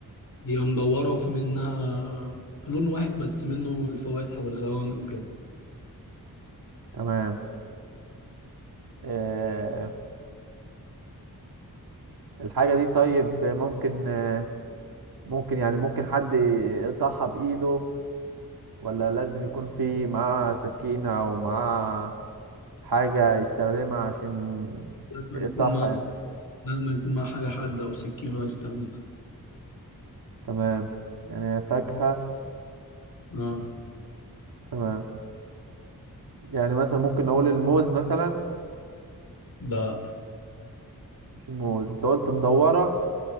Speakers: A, on the left; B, on the right.
A: هي مدورة وفي منها لون واحد بس منه الفواتح والغوامق وكده
B: تمام آه، الحاجة دي طيب ممكن آه، ممكن يعني ممكن حد يقطعها بإيده ولا لازم يكون في معاه سكينة أو معاه حاجة يستخدمها عشان
A: لازم
B: يقطعها
A: يكون مع
B: يعني
A: لازم يكون مع حاجة حادة أو سكينة يستخدمها
B: تمام يعني فاكهة
A: اه
B: تمام يعني مثلا ممكن أقول الموز مثلا
A: لا
B: مش الموز أنت قلت مدورة